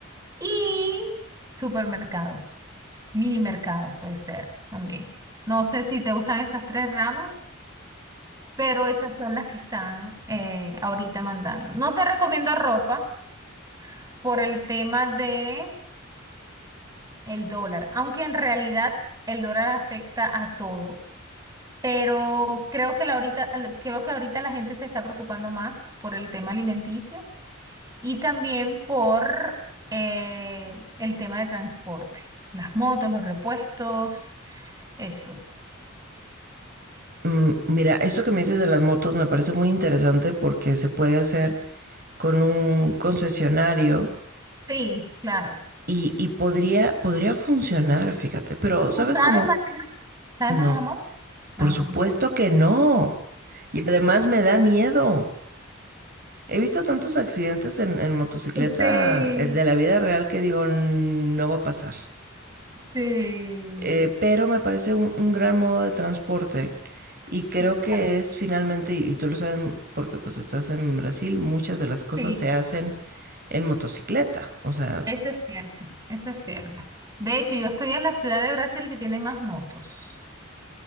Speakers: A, on the right (about 20°); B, on the right (about 45°).
A: Y supermercado, mini mercado puede ser también. No sé si te gustan esas tres ramas, pero esas son las que están eh, ahorita mandando. No te recomiendo ropa por el tema de el dólar, aunque en realidad el dólar afecta a todo. Pero creo que la ahorita, al- creo que ahorita la gente se está preocupando más por el tema alimenticio y también por eh, el tema de transporte, las motos, los repuestos. Eso.
B: mm, mm, mira, esto que me dices de las motos me parece muy interesante porque se puede hacer con un concesionario
A: Sí, claro.
B: y, y podría, podría funcionar, fíjate, pero ¿sabes
A: ¿Tú sabes,
B: cómo?
A: Mar- ¿Sabes
B: No.
A: manejar moto? Ah,
B: Por supuesto
A: yo tampoco.
B: que no. Y además me da miedo. He visto tantos accidentes en, en motocicleta,
A: Sí,
B: el de la vida real, que digo, no va a pasar.
A: sí,
B: Eh, pero me parece un, un gran modo de transporte y creo
A: Sí, claro.
B: que es finalmente, y, y tú lo sabes porque pues estás en Brasil, muchas de las cosas
A: sí.
B: se hacen en motocicleta. O sea,
A: Eso es cierto, eso es cierto. De hecho, yo estoy en la ciudad de Brasil que tiene más motos.